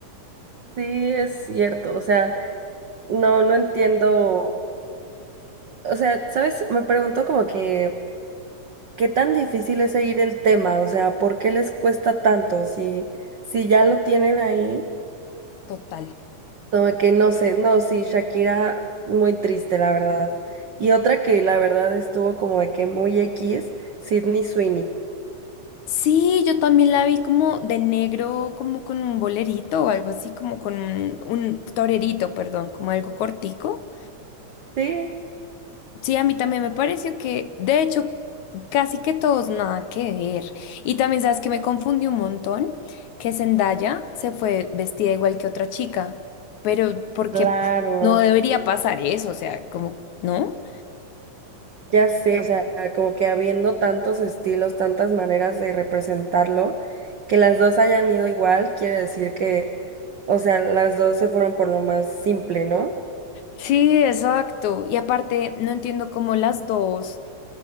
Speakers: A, on the right; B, on the left.
A: Sí, es cierto, o sea, no, no entiendo, o sea, ¿sabes? Me pregunto como que, ¿qué tan difícil es seguir el tema? O sea, ¿por qué les cuesta tanto? Si, si ya lo tienen ahí,
B: total.
A: como que no sé, no, sí, Shakira, muy triste, la verdad. Y otra que la verdad estuvo como de que muy X, Sydney Sweeney.
B: Sí, yo también la vi como de negro, como con un bolerito o algo así, como con un, un torerito, perdón, como algo cortico.
A: Sí,
B: Sí, a mí también me pareció que, de hecho, casi que todos nada que ver. Y también sabes que me confundí un montón, que Zendaya se fue vestida igual que otra chica, pero porque
A: Claro,
B: no debería pasar eso, o sea, como, ¿no?
A: ya sé, o sea, como que habiendo tantos estilos, tantas maneras de representarlo, que las dos hayan ido igual, quiere decir que, o sea, las dos se fueron por lo más simple, ¿no?
B: Sí, exacto. Y aparte, no entiendo cómo las dos